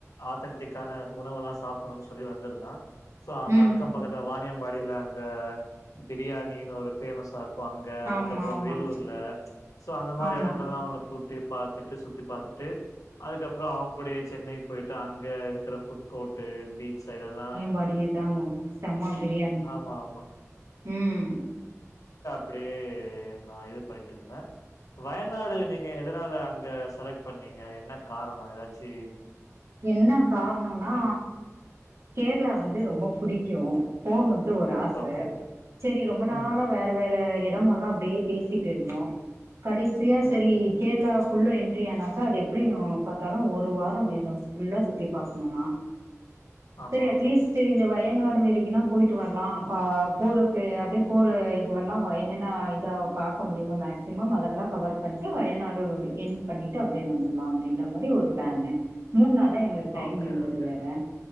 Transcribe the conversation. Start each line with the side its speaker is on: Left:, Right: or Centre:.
Left: ஆதன்டிக்கான உணவுெல்லாம் சாப்பிடணும்னு சொல்லி வந்திருந்தான் சோ அங்க
Right: ம்
Left: அக்கம் பக்கத்து வாானியம்படியில அங்க பிரியாணின்னு ஒரு பேஃபேமஸ் ஆ ங்க அதுக்கப்புறம்
Right: ஆமா ஆமா
Left: வேலூர்ல சோ அந்த மாரி
Right: ஆமா
Left: இடங்கள்ல்லாம் அவ கூட் பார்த்து ட்டு சுத்தி பார்த்துட்டு அதுக்கப்பறோ அவங்கூடயே சென்னை போயிட்டு அங்க இருக்கு இருக்கிற ஃபுட் கோர்ட்ட் பீச் சைட எல்லாம்
Right: பாடிதாங்க செம்மா பிரியாணி
Left: ஆமா ஆமா
Right: உம்
Left: அப்படியே நான் இது பண்ணிட்டு இருந்தேன் வயநாடு நீங்க எதனால அங்க செலக்ட் பண்ணீங்க என்ன காரணம் ஏதாச்சி
Right: என்ன காரணுனா கேரளா வந்து ரொம்ப பிடிக்கும் போன் ஒன் ஒரு ஆச
Left: ஓகே.
Right: சேரி ரொம்ப நாளா
Left: ம்.
Right: வேற வேற இடமெல்லாம் அப்படியே பேசிட்டு இருந்தோ கடைசியா
Left: ம்.
Right: சேரி கேரளா உள்ள என்ட்ரி ஆனாக்கா அது எப்படி பார்த்தாலும் ஒரு வாரம் வேண் ஃபுல்லா சுத்தி பாக்ணுண்ணா
Left: ஆமா,
Right: சேரி அட்லீஸ்ட்
Left: ஆமா.
Right: இந்த வயநாடு வெரைக்குன்னா போயிட்டு வர்லா பா போற ப்லே அப்டே போற இதுவெல்லா என்னென்ன இதா பாக்க முடியுமோ மேக்சிமம் அதெல்லா கவர் பண்ட்டு வயநாடு என்ட் பண்ணிட்டு அப்டே இங்க வந்துல்லா அப்படின்ற மேரி ஒரு பிளான்னு <unintelligible> தா எங்ளுக்கு டைம்
Left: ஓகே,
Right: இருந்துது
Left: ஓகே.
Right: வேற